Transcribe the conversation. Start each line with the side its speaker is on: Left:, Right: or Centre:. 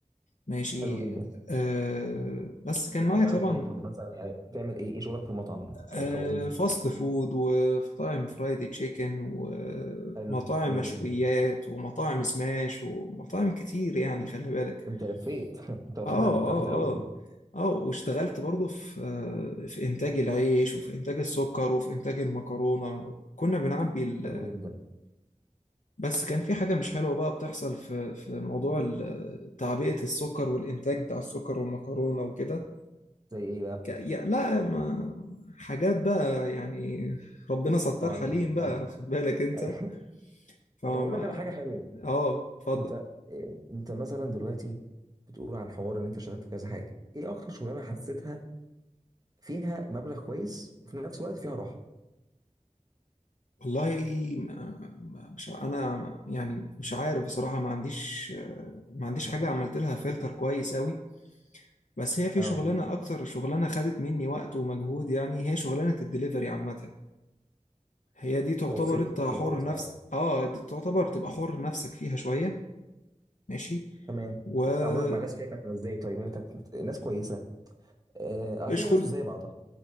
Left: ماشي
Right: حلو جدا
Left: أه بس كان
Right: طب
Left: معايا
Right: مطاعم
Left: طبعا
Right: ايه طب مثلا يعني بتعمل ايه ايه شغلك في مطعم ك...
Left: أه
Right: كوظيفه
Left: فاست فود ومطاعم فرايدي تشيكن ومطاعم
Right: حلو حلو
Left: مشويات
Right: جدا
Left: ومطاعم سماش ومطاعم كتير يعني خلي بالك
Right: انت لفيت <laughs> انت
Left: اه
Right: واخدها من
Left: اه
Right: تحت قوي
Left: اه اه واشتغلت برضه في آه، في انتاج العيش وفي انتاج السكر وفي انتاج المكرونه كنا بنعبي ال...
Right: حلو جدا
Left: بس كان في حاجه مش حلوه بقى بتحصل في في موضوع ال- تعبئه السكر والانتاج بتاع السكر والمكرونه وكده
Right: زي ايه بقى
Left: ك... يا- لا ما حاجات بقى يعني ربنا ستار
Right: فهمتك
Left: حليم بقى
Right: فهمتك
Left: خد بالك انت
Right: <laughs>
Left: فما
Right: طب هقول لك على حاجه حلوه
Left: اه اتفضل
Right: انت اه، انت مثلا دلوقتي بتقول عن حوار ان انت اشتغلت في كذا حاجه ايه اكتر شغلانه حسيتها فيها مبلغ كويس وفي نفس الوقت فيها راحه
Left: والله ما- ما- مش ع- انا يعني مش عارف بصراحه ما عنديش ما عنديش حاجه عملت لها فلتر كويس قوي بس هي في
Right: اه
Left: شغلانه اكتر شغلانه خدت مني وقت ومجهود يعني هي شغلانه الدليفري عامه هي دي تعتبر
Right: توصيل
Left: انت حر
Right: طلبات
Left: نفس
Right: يعني
Left: اه دي تعتبر تبقى حر نفسك فيها شويه ماشي
Right: تمام
Left: ومش
Right: تعاملك مع الناس فيها كان ازاي طيب هل كانت ناس كويسه آه، اكيد الناس
Left: كل
Right: مش زي بعضها